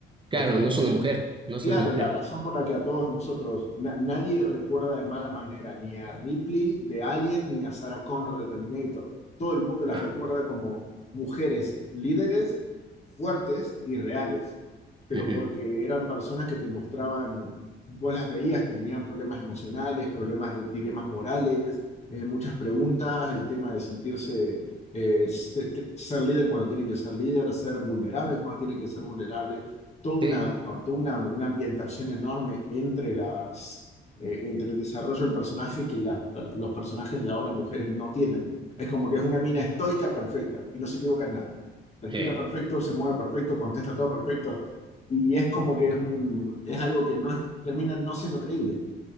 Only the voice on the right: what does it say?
Claro,
no es una mujer, no es
una mujer.
Ah,
ujú.
Sí,
sí.